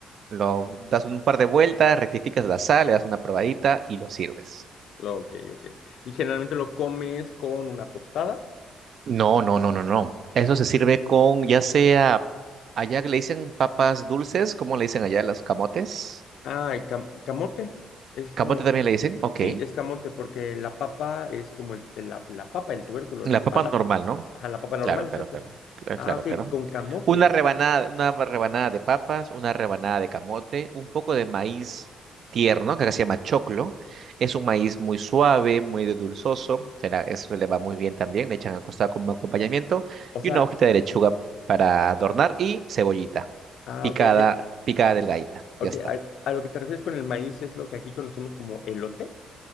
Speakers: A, on the right (about 60°); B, on the left (about 75°).
A: Lo das un par de vueltas, rectificas la sal, le das una probadita y lo sirves.
B: Lo- ok, ok. Y generalmente lo comes con una tostada,
A: No, no, no, no, no. Eso se sirve con, ya sea, allá le dicen papas dulces, ¿cómo le dicen allá las camotes?
B: ah, y cam- camote, es como,
A: Camote también le dicen, ok.
B: Sí, es camote porque la papa es como el, el- la, la papa, el tubérculo,
A: La
B: las
A: papa
B: patatas.
A: normal, ¿no?
B: Ajá, la papa normal,
A: Claro, claro,
B: exacto.
A: claro. Cla-
B: Ah,
A: Claro,
B: ok,
A: claro.
B: con camote.
A: Una rebanada, una rebanada de papas, una rebanada de camote, un poco de maíz tierno, que acá se llama choclo. Es un maíz muy suave, muy dulzoso. Se la- eso le va muy bien también. Le echan al costado como acompañamiento.
B: O sea,
A: Y una hojita de lechuga para adornar y cebollita
B: ah,
A: picada,
B: ok, ok.
A: picada delgadita.
B: Ok,
A: Ya está.
B: a, a lo que te refieres con el maíz es lo que aquí conocemos como elote.